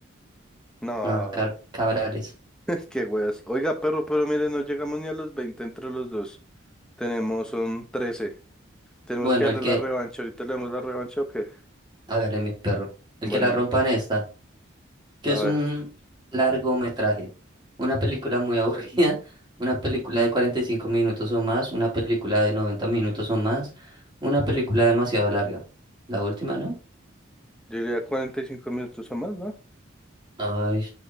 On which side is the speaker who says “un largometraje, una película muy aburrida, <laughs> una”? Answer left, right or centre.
Right